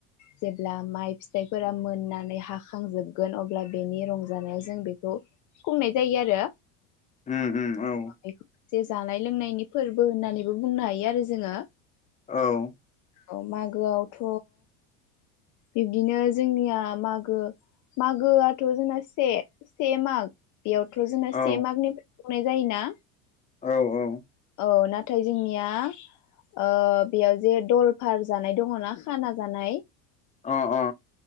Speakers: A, on the left (about 45°); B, on the left (about 15°).
A: जेब्ला माइ फिथाइफोरा मोननानै हाखांजोबगोन अब्ला बेनि रंजानायाव जों बेखौ खुंनाय जायो आरो
B: उम उम औ
A: बेखौ जे जानाय लोंनायनि फोरबो होननानैबो बुंनो हायो आरो जोङो
B: औ
A: औ मागोआवथ बिब्दिनो जोंनिया मागो मागोआथ जोंना से से माग बेयावथ' जोंना
B: औ
A: से माग निफ्रा गनाय जायोना?
B: औ औ।
A: औ नाथाय जोंनिया ओ बेयाव जे दलफार जानाय दङना खाना जानाय
B: अ अ